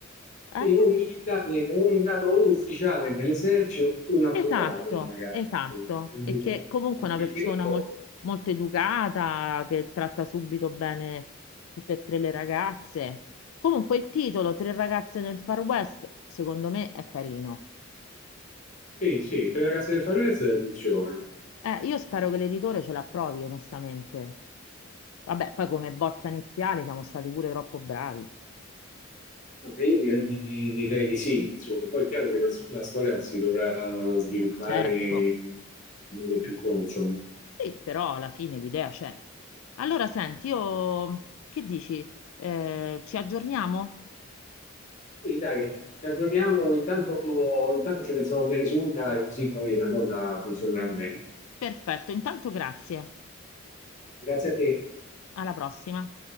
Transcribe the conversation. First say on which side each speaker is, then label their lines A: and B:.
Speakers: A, on the left; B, on the left.
A: Eh?
B: Sì, o un militare, o un grado, o un ufficiale dell'esercito, oppure un avvocato,
A: Esatto,
B: magari.
A: esatto.
B: Un avvocato.
A: E che comunque
B: In
A: è una
B: quel
A: persona
B: periodo,
A: mol- molto educata, che tratta subito bene tutte e tre le ragazze. Comunque il titolo, Tre ragazze nel Far West, secondo me è carino.
B: sì, sì, per le ragazze del Far funziona.
A: Eh, io spero che l'editore ce l'approvi, onestamente. Vabbè, poi come bozza iniziale siamo stati pure troppo bravi.
B: Vabbè, Io direi, direi di sì, insomma, poi è chiaro che la, la storia si dovrà sviluppare
A: Eh, certo.
B: in modo più consono.
A: Sì, però alla fine l'idea c'è. Allora, senti, io che dici? Eh, ci aggiorniamo?
B: Quindi dai, ci aggiorniamo, intanto, intanto ci pensiamo bene sopra, e così poi la cosa funzionerà bene.
A: Perfetto, intanto grazie.
B: Grazie a te.
A: Alla prossima.